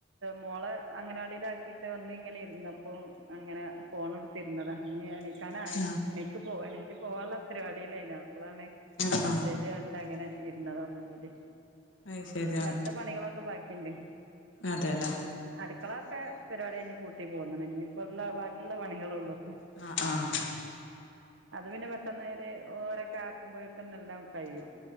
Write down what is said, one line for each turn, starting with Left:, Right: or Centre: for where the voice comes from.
Right: മോളെ അങ്ങ അങ്കനവാടീലാക്കീ ട്ട് വന്നിങ്ങനെ ഇരുന്നപ്പോ അങ്ങനെ ഫോൺ എടുത്തിരുന്നതാ ഇഞ്ഞി ആണേ ക്കാനായേണ്
Left: ആഹ്
Right: എണീക്ക് പോ എണീറ്റ് പോവാൻ ഉള്ള പരിപാടിയില്ലയ്നു ഇപ്പളാണ്
Left: ആഹ്
Right: മെസ്സേജ്
Left: ആഹ്
Right: കണ്ട് അങ്ങനെ ഇരുന്നതൊന്നും കൂടി.
Left: അത് ശരി
Right: ഇഞ്ഞി
Left: ആഹ്
Right: അടുത്ത പണികളൊക്കെ ബാക്കിണ്ടേയ്
Left: അതെല്ലേ
Right: അടുക്കളൊക്കെ പരിപാടി കഴിഞ്ഞ് പൂട്ട് ട്ടി പോന്ന്ണ് ഇഞ്ഞ്പ്പ്ള്ള ബാക്കിള്ള പണികളൊള്ളൂ.
Left: ആഹ് ആഹ്
Right: അത് പിന്നെ പെട്ടെന്നേര് ഓരൊക്കെ ആക്കുമ്പഴേക്കന്നെ എല്ലാ കഴിയും.